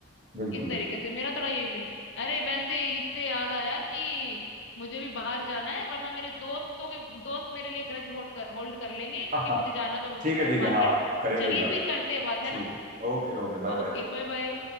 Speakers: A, on the right; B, on the left.
A: बिल्कुल
B: इस
A: बिल्कुल
B: तरीके से मेरा थोड़ा यही ओपिनियन है अरे वैसे इससे याद आया कि मुझे भी बाहर जाना है वरना मेरे दोस्तों के दोस्त मेरे लिए ग्रज होल्ड कर, होल्ड कर लेंगे क्योंकि
A: हाँ हाँ
B: मुझे जाना था उनके
A: ठीक
B: साथ
A: है ठीक है
B: मार्केट
A: हाँ हम करेंगे
B: चलिए
A: इस बारे
B: फिर
A: में
B: करते
A: बात
B: हैं बात है
A: ठीक
B: ना
A: है ओके ओके बाय
B: Okay
A: बाय
B: bye bye